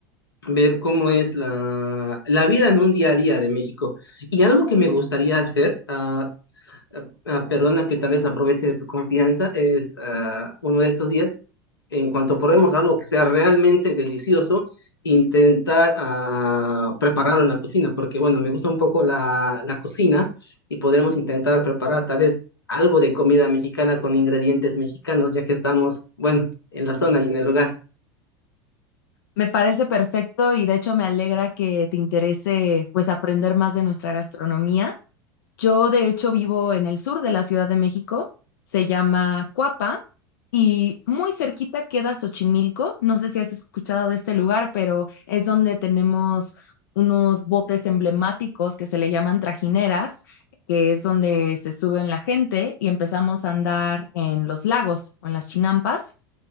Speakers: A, on the left; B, on the left.
A: ver cómo es la, la vida en un día a día de México. Y algo que me gustaría hacer, ah, ah, perdona que tal vez aproveche de tu confianza, es ah, uno de estos días, en cuanto probemos algo que sea realmente delicioso, intentar ah, prepararlo en la cocina, porque bueno, me gusta un poco la, la cocina y podremos intentar preparar tal vez algo de comida mexicana con ingredientes mexicanos, ya que estamos, bueno, en la zona y en el lugar.
B: Me parece perfecto y de hecho me alegra que te interese pues aprender más de nuestra gastronomía. Yo de hecho vivo en el sur de la Ciudad de México, se llama Cuapa y muy cerquita queda Xochimilco. No sé si has escuchado de este lugar, pero es donde tenemos unos botes emblemáticos que se le llaman trajineras, que es donde se suben la gente y empezamos a andar en los lagos o en las chinampas.